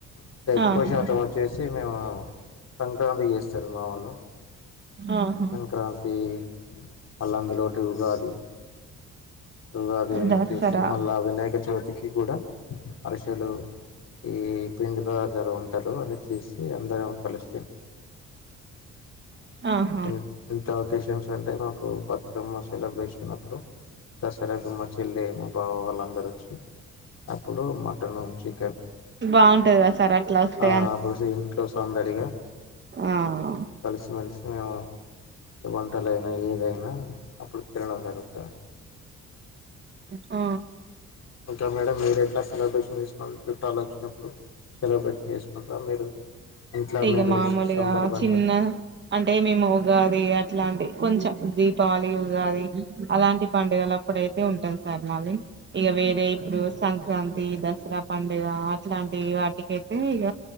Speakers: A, on the left; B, on the right.
A: అంటే ఎక్కువ
B: ఆహా
A: శాతం వచ్చేసి మేము సంక్రాంతి చేస్తరు మా వాళ్ళు
B: ఆహా
A: సంక్రాంతీ మళ్ళ అందులోటి ఉగాది ఉగాది వచ్చేసి
B: దసరా
A: మళ్ళా వినాయక చవితికి కూడా అరి టలు ఈ పిండి పదార్థాలు ఉంటరు అవి చేసి అందరం కల్సి
B: ఆహా
A: ఎం ఎంత ఒకేషన్స్ అంటే మాకు బతుకమ్మ సెలబ్రేషన్ అప్పుడు దసరకు మా చెల్లె మా బావ వాళ్లందరూ వచ్చి అప్పుడు మటను చి
B: బాగుంటది కదా సార్ అట్లా వస్తే
A: ఆ అప్పుడు ఇంట్లో సందడిగా
B: అవ్ను
A: కల్సి మెల్సి ఉందామా వంటలైనా ఏదైనా అప్పుడు తినడం జరుగుత
B: ఆ
A: ఇంకా మేడం మీరెట్లా సెలబ్రేషన్ చేస్తా చుట్టాల్ వచ్చినప్పుడు సెలబ్రేషన్ చేసుకుంటార మీరు ఇంట్లో
B: ఇగ
A: మీరు
B: మామూల్గా
A: సందర్భాన్ని
B: చిన్న
A: బట్టి
B: అంటే మేము ఉగాది ఇలాంటి కొంచెం దీపావళి, ఉగాది అలాంటి పండుగలప్పుడయితే ఉంట సార్ మళ్ళీ ఇగ వేరే ఇప్పుడు సంక్రాంతి, దసరా పండుగ అట్లాంటి వాటికై తే ఇగ